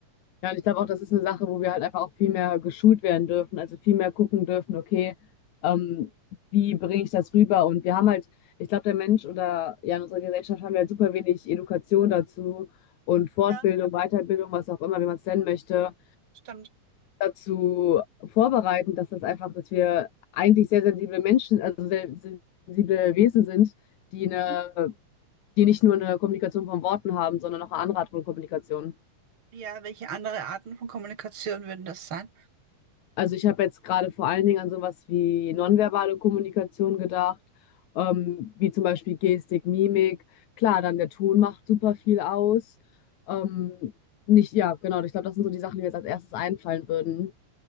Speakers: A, on the left; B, on the right.
A: Ja, und ich glaube auch, das ist eine Sache, wo wir halt einfach auch viel mehr geschult werden dürfen, also viel mehr gucken dürfen, okay, ähm, wie bringe ich das rüber? Und wir haben halt, ich glaube, der Mensch oder ja, in unserer Gesellschaft haben wir halt super wenig Education dazu und Fortbildung,
B: Ja,
A: Weiterbildung, was auch immer, wie man es nennen möchte,
B: stimmt.
A: dazu vorbereiten, dass das einfach, dass wir eigentlich sehr sensible Menschen, also sehr sensible Wesen sind, die eine,
B: Mhm.
A: die nicht nur eine Kommunikation von Worten haben, sondern auch eine andere Art von Kommunikation.
B: Ja, welche andere Arten von Kommunikation würden das sein?
A: Also ich habe jetzt gerade vor allen Dingen an sowas wie nonverbale Kommunikation gedacht, ähm, wie zum Beispiel Gestik, Mimik. Klar, dann der Ton macht super viel aus. Ähm, nicht, ja, genau. Ich glaube, das sind so die Sachen, die mir jetzt als erstes einfallen würden.